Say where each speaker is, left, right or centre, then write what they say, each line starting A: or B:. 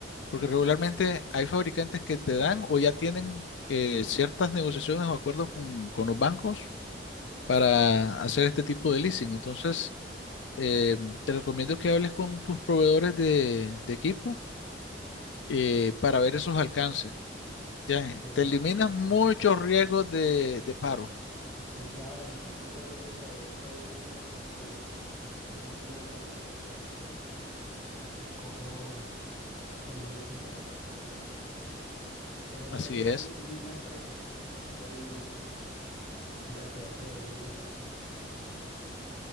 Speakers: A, on the left; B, on the left.
A: porque regularmente hay fabricantes que te dan o ya tienen eh, ciertas negociaciones o acuerdos con, con los bancos para hacer este tipo de leasing. Entonces, eh, te recomiendo que hables con tus proveedores de, de equipo eh, para ver esos alcances. Ya, eh,
B: Perfecto.
A: te eliminas muchos riesgos de, de paro.
B: Sí, claro, me quito un dolor de cabeza ahí en el futuro que realmente no debería tener si, si escojo el leasing que más me conviene. También
A: Así
B: tengo que escoger
A: es,
B: muy bien la empresa, ¿no? Que me va a dar el leasing y, y la que va a proveer los equipos. Entonces,